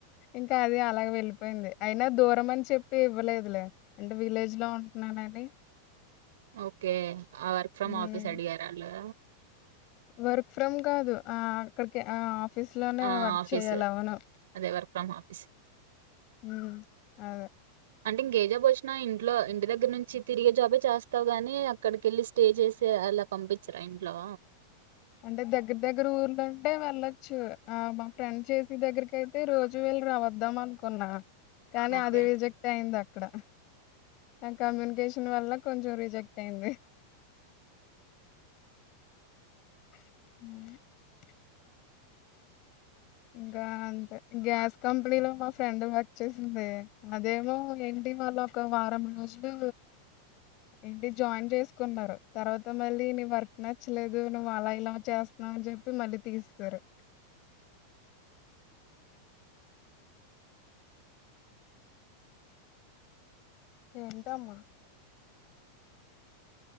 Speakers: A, on the left; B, on the right.
A: ఇంకా అది అలా వెళ్ళిపోయింది అయినా దూరం అని చెప్పి ఇవ్వలేదులే అంటే విలేజ్ లో ఉంటున్నానని.
B: ఓకే. ఆ వర్క్ ఫ్రమ్
A: ఉమ్.
B: ఆఫీస్ అడిగారా వాళ్ళు.
A: వర్క్ ఫ్రమ్ కాదు ఆ అక్కడికి ఆ. ఆఫీస్లోనే
B: ఆ
A: వర్క్
B: ఆఫీస్
A: చేయాలి అవును.
B: అదే వర్క్ ఫ్రమ్ ఆఫీస్
A: ఉ అదే.
B: అంటే ఇంకే జాబ్ వచ్చినా ఇంట్లో ఇంటి దగ్గర నుంచి తిరిగే జాబే చేస్తావు గాని అక్కడికేళ్ళి స్టే చేసే అలా పంపించరా ఇంట్లో.
A: అంటే దగ్గర దగ్గర ఊర్ళ ఉంటే వెళ్ళొచ్చు ఆ మా ఫ్రెండ్ చేసి దగ్గరకి అయితే రోజు వెళ్ళి రా వద్దాం అనుకున్నా. కానీ
B: ఓకే.
A: అది రిజెక్ట్ అయింది. ఆక్కడ నా కమ్యూనికేషన్ వల్ల కొంచెం రిజెక్ట్ అయింది. మ ఇంకా అంతే గ్యాస్ కంపెనీలో మా ఫ్రెండ్ వర్క్ చేసింది అదేమో ఏంటి వాళ్ళ ఒక వారం రోజులు ఏంటి జాయిన్ చేసుకున్నారు తర్వాత మళ్ళీ నీ వర్క్ నచ్చలేదు నువ్వు అలా ఇలా చేస్తున్నావు అని చెప్పి మళ్ళీ తీస్తారు ఏంటామ్మా